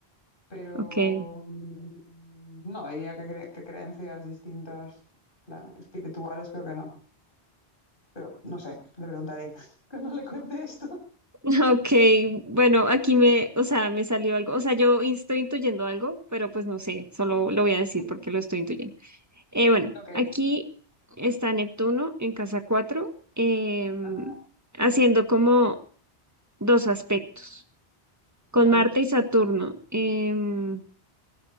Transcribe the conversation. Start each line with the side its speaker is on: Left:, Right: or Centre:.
Left: pero
Right: ok,
Left: mm, no, diría que, cre- que creencias distintas, plan, espirituales, creo que no. Pero no sé, le preguntaré <laughs> cuando le cuente esto.
Right: <laughs> Ok, bueno, aquí me, o sea, me salió algo, o sea, yo in- estoy intuyendo algo, pero pues no sé, solo lo voy a decir
Left: Ujú.
Right: porque lo estoy intuyendo. Eh, bueno,
Left: Ok.
Right: aquí está Neptuno en casa 4, em,
Left: Ajá.
Right: haciendo como dos aspectos, con
Left: Mm,
Right: Marte y Saturno. em,